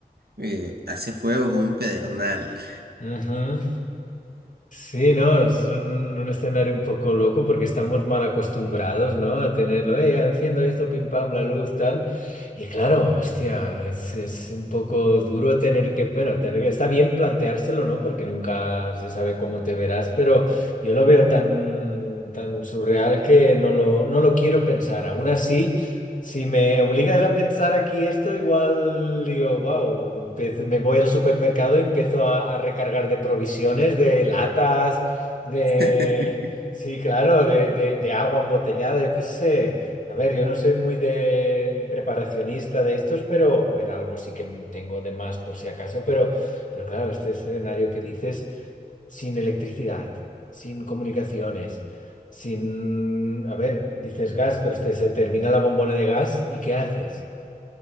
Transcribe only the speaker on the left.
Ujú. Sí, no, es un, un escenario un poco loco porque estamos mal acostumbrados, ¿no? A tenerlo, eh, enciendo esto, pim pam, la luz, tal. Y claro, hostia, es, es un poco duro tener que, bueno, tener que, está bien planteárselo, ¿no? Porque nunca se sabe cómo te verás, pero yo lo veo tan, tan surreal que no lo, no lo quiero pensar. Aún así. Si me obligas a pensar aquí esto, igual digo, wow, me voy al supermercado y empiezo a, a recargar de provisiones, de latas, de...
Sí, claro, de, de- de agua embotellada, yo qué sé. A ver, yo no soy muy de, de preparacionista de estos, pero, a ver, algo sí que tengo de más por si acaso, pero, pero claro, este escenario que dices sin electricidad, sin comunicaciones, sin... A ver, dices gas, pero este, se termina la bombona de gas y ¿qué haces?